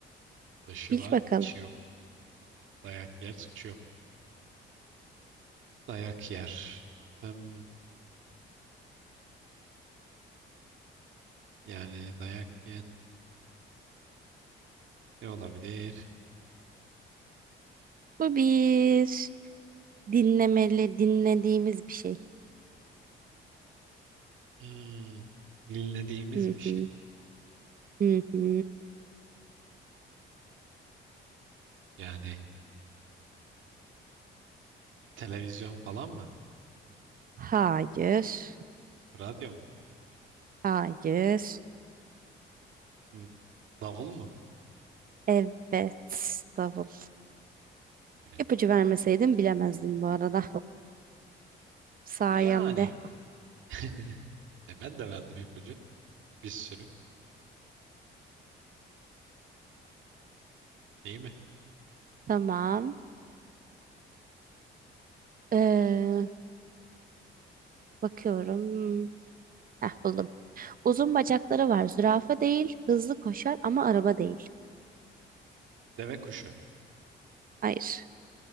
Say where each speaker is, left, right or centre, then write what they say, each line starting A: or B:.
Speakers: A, on the right (about 75°); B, on the right (about 45°).
A: Dışı
B: Bil
A: var
B: bakalım.
A: içi yok. Dayak yer suçu yok. Dayak yer. Hmm, yani dayak yer ne olabilir?
B: Bu bir dinlemeli, dinlediğimiz bir şey.
A: Hmm, dinlediğimiz
B: Hı
A: bir şey.
B: hı. Hı hı.
A: Yani televizyon falan mı?
B: Hayır.
A: Radyo mu?
B: Hayır.
A: Hmm, davul mu?
B: Evet. Davul.
A: Evet.
B: İpucu vermeseydim bilemezdim bu arada. Sayemde.
A: Yani. <laughs> E ben de verdim ipucu. Bir sürü. Değil mi?
B: Tamam. Ee, bakıyorum. Heh, buldum. Uzun bacakları var. Zürafa değil. Hızlı koşar ama araba değil.
A: Deve kuşu.
B: Hayır.